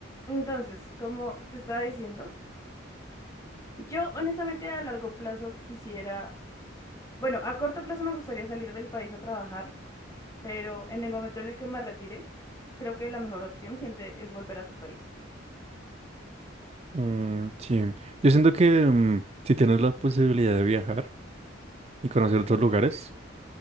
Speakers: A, on the left; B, on the right.
A: Entonces, como te estaba diciendo, yo honestamente a largo plazo quisiera, bueno, a corto plazo me gustaría salir del país a trabajar, pero en el momento en el que me retire, creo que la mejor opción siempre es volver a tu país.
B: Mm, sí, yo siento que mm, si tienes la posibilidad de viajar y conocer otros lugares,